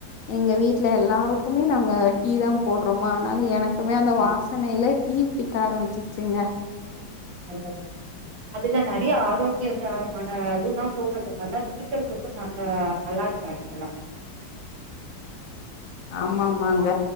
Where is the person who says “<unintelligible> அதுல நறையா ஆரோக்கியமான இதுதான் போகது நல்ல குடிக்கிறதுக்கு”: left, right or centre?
Right